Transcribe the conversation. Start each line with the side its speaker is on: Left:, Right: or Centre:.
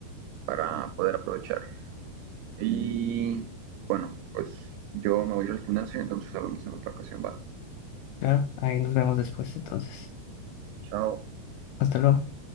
Right: para poder aprovechar. Y bueno, pues yo me voy a ir al gimnasio, entonces hablamos en otra ocasión. Va.
Left: Claro, ahí nos vemos después entonces.
Right: Chao.
Left: Hasta luego.